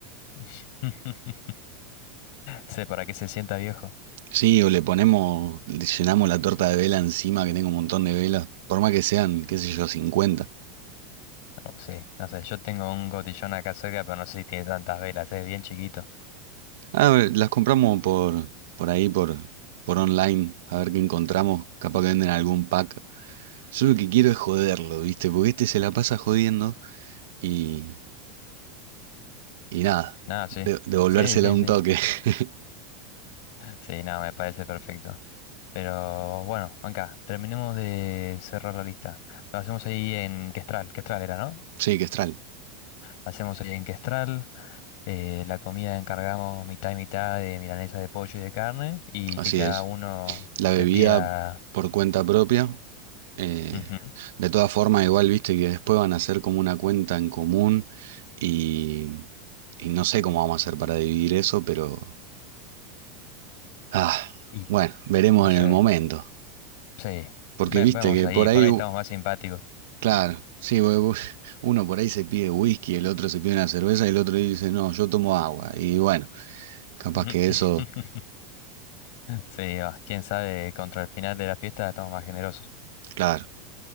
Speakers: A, on the left; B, on the right.
A: <laughs> Sé para que se sienta viejo.
B: Sí, o le ponemos, le llenamos la torta de vela encima, que tengo un montón de velas, por más que sean, qué sé yo, cincuenta
A: Oh, sí, no sé, yo tengo un cotillón acá cerca, pero no sé si tiene tantas velas, es bien chiquito.
B: Ah, a ver, las compramos por, por ahí, por, por online, a ver qué encontramos, capaz que venden algún pack. Yo lo que quiero es joderlo, ¿viste? Porque este se la pasa jodiendo y, y nada,
A: Nada, sí.
B: de- devolvérsela
A: Sí, sí,
B: un
A: sí.
B: toque. <laughs>
A: Sí, nada, me parece perfecto. Pero bueno, Anca, terminemos de cerrar la lista. Lo hacemos ahí en Questral, Questral era, ¿no?
B: Sí, que estral.
A: hacemos ahí en Questral. eh, la comida encargamos mitad y mitad de milanesa de pollo y de carne y
B: Así
A: que cada
B: es.
A: uno
B: La
A: se
B: bebida
A: pida...
B: por cuenta propia. eh,
A: ujú,
B: de todas formas, igual viste que después van a hacer como una cuenta en común y, y no sé cómo vamos a hacer para dividir eso, pero ah,
A: Y
B: bueno, veremos
A: no sé,
B: en el momento.
A: sí.
B: Porque
A: Ve-
B: viste
A: vemos
B: que
A: ahí,
B: por
A: por
B: ahí,
A: ahí
B: u-
A: estamos más simpáticos.
B: claro, sí, u- u- <laughs> uno por ahí se pide whisky, el otro se pide una cerveza y el otro dice, no, yo tomo agua. Y bueno, capaz
A: Ujú.
B: que
A: <laughs>
B: eso,
A: Sí, va, quién sabe, contra el final de la fiesta estamos más generosos.
B: claro.